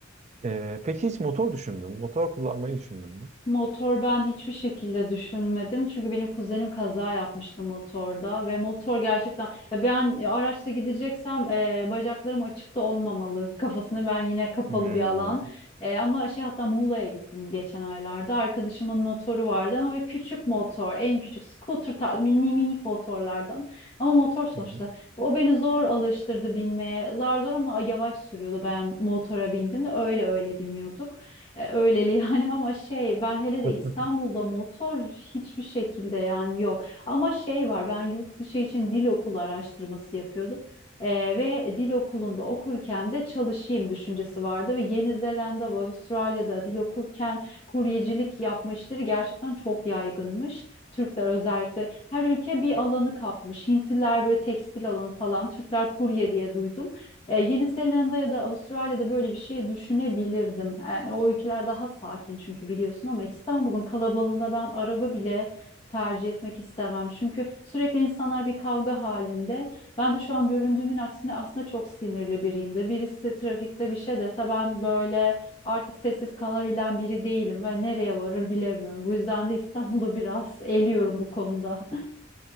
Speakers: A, on the right (about 35°); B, on the left (about 30°).
A: Ee, peki hiç motor düşündün mü? Motor kullanmayı düşündün mü?
B: Motor ben hiçbir şekilde düşünmedim. Çünkü benim kuzenim kaza yapmıştı motorda ve motor gerçekten ya ben e, araçla gideceksem e, bacaklarım açıkta olmamalı <laughs> kafasını ben yine kapalı
A: Hmm.
B: bir alan. E, ama şey hatta Muğla'ya gittim geçen aylarda. Arkadaşımın motoru vardı ama böyle küçük motor, en küçük scooter tarzı mini minik motorlardan. Ama motor sonuçta.
A: Hı hı.
B: O beni zor alıştırdı binmeye. Zar zor ama yavaş sürüyordu. Ben motora bindim de öyle öyle biniyorduk. E, Öyleli yani ama şey ben hele de
A: <laughs>
B: İstanbul'da motor hiçbir şekilde yani yok. Ama şey var ben yurt dışı için dil okulu araştırması yapıyordum. E, ve dil okulunda okurken de çalışayım düşüncesi vardı ve Yeni Zelanda ve Avustralya'da dil okurken kuryecilik yapma işleri gerçekten çok yaygınmış. Türkler özellikle her ülke bir alanı kapmış. Hintliler böyle tekstil alanı falan, Türkler kurye diye duydum. E, Yeni Zelanda ya da Avustralya'da böyle bir şey düşünebilirdim. Yani o ülkeler daha sakin çünkü biliyorsun ama İstanbul'un kalabalığında ben araba bile tercih etmek istemem. Çünkü sürekli insanlar bir kavga halinde. Ben de şu an göründüğümün aksine aslında çok sinirli biriyimdir. Birisi trafikte bir şey dese ben böyle artık sessiz kalabilen biri değilim ve nereye varır bilemiyorum. Bu yüzden de İstanbul'u biraz <laughs> eliyorum bu konuda.